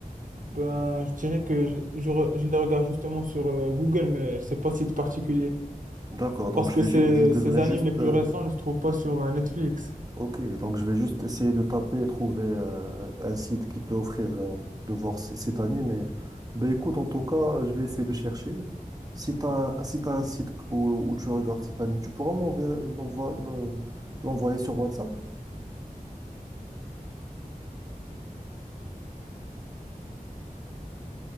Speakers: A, on the right; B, on the right.
A: ben, je dirais que je, je, re- je les regarde justement sur euh, Google, mais c'est pas site particulier.
B: D'accord, donc
A: Parce
B: je
A: que
B: vais
A: ces,
B: ju- je devrais
A: ces animes
B: juste
A: les plus
B: euh,
A: récents ne se trouvent pas sur euh, Netflix.
B: Ok, donc je vais juste essayer de taper et trouver euh, un site qui peut offrir euh, de voir c- cet anime. Mais ben écoute, en tout cas, je vais essayer de chercher. Si tu as, si t'as un site où, où tu regardes cet anime, tu pourras m'envoyer l'envoi- le- l'envoyer sur WhatsApp?